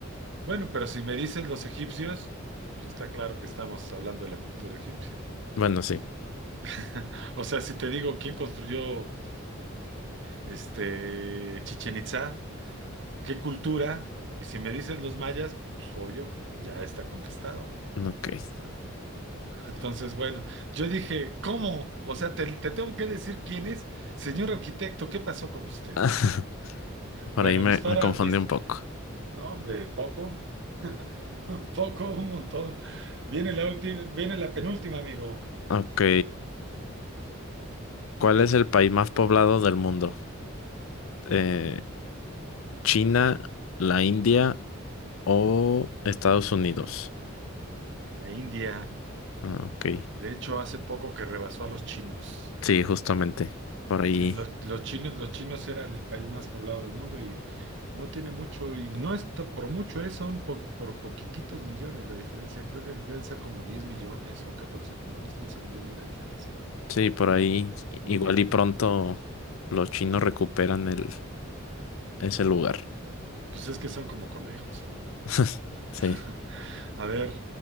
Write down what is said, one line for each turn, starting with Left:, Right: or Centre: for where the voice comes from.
Right: Bueno, pero si me dices los egipcios, pues está claro que estamos hablando de la cultura egipcia.
Left: Bueno, sí.
Right: <laughs> O sea, si te digo quién construyó este Chichén Itzá, qué cultura, y si me dices los mayas, pues obvio, ya está contestado.
Left: Ok.
Right: <laughs> Entonces, bueno, yo dije, ¿cómo? O sea, te, te tengo que decir quién es, señor arquitecto, ¿qué pasó con usted?
Left: <laughs> Por
Right: Bueno,
Left: ahí me,
Right: dispara,
Left: me confundí
Right: dis-
Left: un poco.
Right: no, hombre, poco, <laughs> poco, un montón. Viene la última, viene la penúltima, amigo.
Left: Ok. ¿Cuál es el país más poblado del mundo? Eh, ¿China, la India o Estados Unidos?
Right: La India,
Left: Ah, ok.
Right: de hecho, hace poco que rebasó a los chinos.
Left: Sí, justamente. Por ahí.
Right: Eh, Los, los chinos, los chinos eran el país más poblado del mundo y no tiene mucho, y no está por mucho, eh, son po- por poquititos millones la diferencia. Creo que deben ser como 10 millones o 14 millones, quince millones la diferencia.
Left: Sí, por ahí.
Right: Ujú.
Left: Igual y pronto los chinos recuperan el, ese lugar.
Right: Pues es que son como conejos, amigo.
Left: <laughs> Sí,
Right: <laughs> A ver,